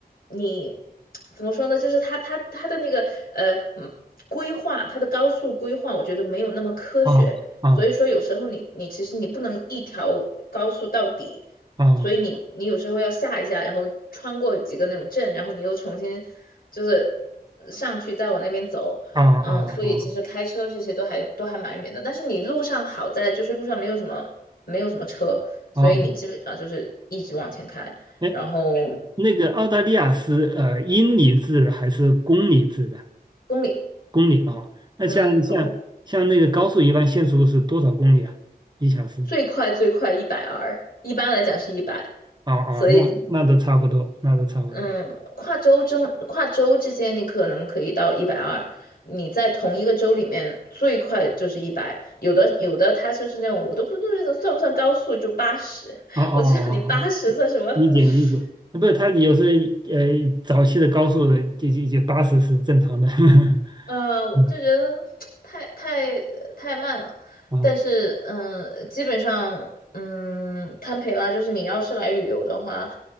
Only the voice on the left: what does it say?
你怎么说呢？就是它它它的那个呃嗯规划，它的高速规划，我觉得没有那么科学，
所以说有时候你你其实你不能一条高速到底。
所以你你有时候要下一下，然后穿过几个那种镇，然后你又重新就是上去，再往那边走。
嗯，所以其实开车这些都还都还蛮远的，但是你路上好在就是路上没有什么没有什么车，所以你基本上就是一直往前开，
然后
公里，
嗯，公里
最快最快一百二，一般来讲是一百，
所以
嗯，跨州中跨州之间，你可能可以到一百二。你在同一个州里面，最快就是一百。有的有的，它就是那种，我都不知道算不算高速，就八十。
<laughs> 我知道你八十算什么？
<laughs>
呃，我就觉得太太太慢了。
但是，嗯、基本上，嗯，堪培拉就是你要是来旅游的话，